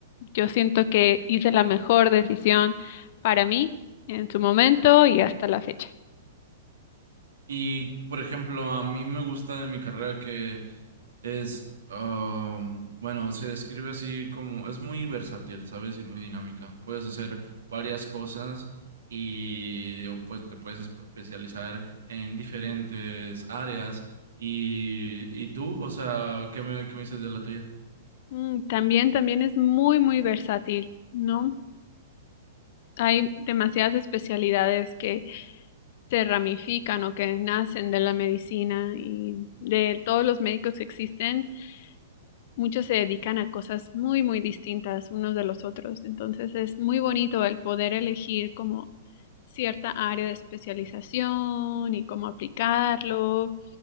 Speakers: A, on the left (about 50°); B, on the right (about 70°).
A: Yo siento que hice la mejor decisión para mí en su momento y hasta la fecha.
B: Y, por ejemplo, a mí me gusta de mi carrera que es, um, bueno, se describe así como, es muy versátil, ¿sabes? Y muy dinámica. Puedes hacer varias cosas y o, pues te puedes espe- especializar en diferentes áreas. Y, y tú, o sea, ¿qué me, qué me dices de la tuya?
A: Mm, También, también es muy, muy versátil, ¿no? Hay demasiadas especialidades que se ramifican o que nacen de la medicina y de todos los médicos que existen, muchos se dedican a cosas muy, muy distintas unos de los otros. Entonces es muy bonito el poder elegir como cierta área de especialización y cómo aplicarlo.